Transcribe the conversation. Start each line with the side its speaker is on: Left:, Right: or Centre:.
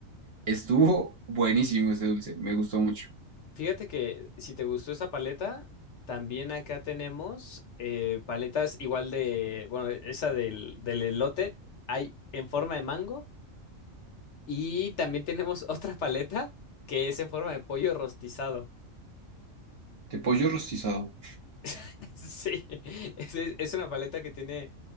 Right: Estuvo buenísimo ese dulce, me gustó mucho.
Left: Fíjate que si te gustó esta paleta, también acá tenemos eh, paletas igual de, bueno, esa del, del elote, hay en forma de mango Y también tenemos <laughs> otra paleta que es en forma de pollo rostizado.
Right: De pollo rostizado.
Left: <laughs> Sí, es, es- es una paleta que tiene